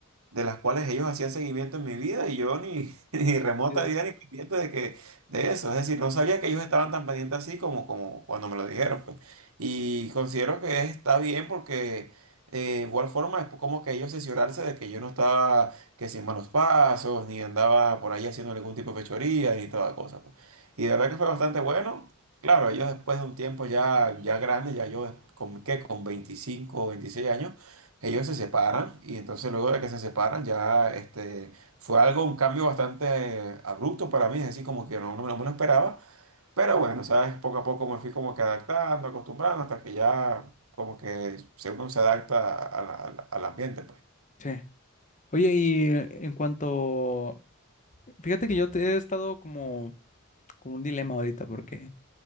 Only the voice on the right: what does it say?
de las cuales ellos hacían seguimiento en mi vida y yo ni, <laughs> ni remota
idea ni pendiente de que de eso. Es decir, no sabía que ellos estaban tan pendientes así como, como cuando me lo dijeron, pues. Y considero que está bien porque eh, de igual forma es como que ellos cerciorarse de que yo no estaba que sin malos pasos, ni andaba por ahí haciendo ningún tipo de fechoría, ni toda cosa, pues. Y de verdad que fue bastante bueno. Claro, ellos después de un tiempo ya, ya grande, ya yo con, ¿qué? con 25 o 26 años ellos se separan y entonces luego de que se separan ya este, fue algo, un cambio bastante abrupto para mí, es decir, como que no, no, me no me lo esperaba, pero bueno, sabes, poco a poco me fui como que adaptando, acostumbrando, hasta que ya como que se- uno se adapta a la- a la- al ambiente, pues.